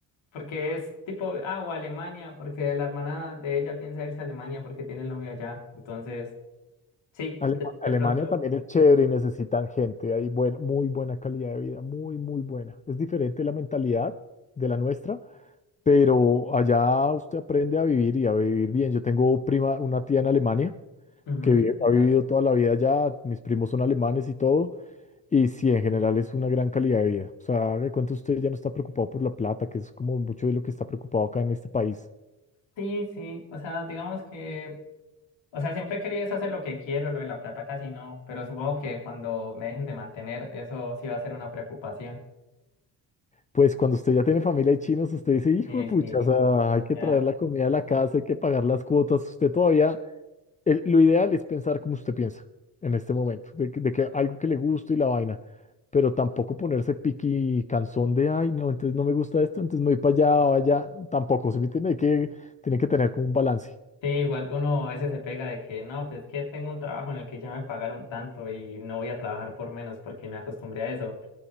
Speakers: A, on the left; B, on the left.
A: porque es tipo, ah, o Alemania, porque la hermana de ella piensa irse a Alemania porque tiene el novio allá. Entonces, sí,
B: Alema-
A: de,
B: Alemania
A: de pronto.
B: también es chévere y necesitan gente. Hay buen- muy buena calidad de vida, muy, muy buena. Es diferente la mentalidad de la nuestra, pero allá usted aprende a vivir y a vivir bien. Yo tengo prima, una tía en Alemania
A: ujú,
B: que vi-
A: total.
B: ha vivido toda la vida allá, mis primos son alemanes y todo, y sí, en general es una gran calidad de vida. O sea, haga de cuenta usted ya no está preocupado por la plata, que es como mucho de lo que está preocupado acá en este país.
A: Sí, sí, o sea, digamos que, o sea, siempre he querido es hacer lo que quiero, lo de la plata casi no, pero supongo que cuando me dejen de mantener, eso sí va a ser una preocupación.
B: Pues cuando usted ya tiene familia y chinos, usted dice, hijo
A: Sí,
B: de pucha,
A: sí,
B: o sea,
A: sí,
B: hay que
A: ya.
B: traer la comida a la casa, hay que pagar las cuotas, usted todavía el- lo ideal es pensar como usted piensa en este momento, de, que de que algo que le guste y la vaina, pero tampoco ponerse piqui cansón de, ay, no, entonces no me gusta esto, entonces me voy para allá o allá, tampoco, se me entiende? Hay que, tiene que tener como un balance.
A: Sí, igual uno a veces se pega de que no, pues es que tengo un trabajo en el que ya me pagaron tanto y no voy a trabajar por menos porque me acostumbré a eso.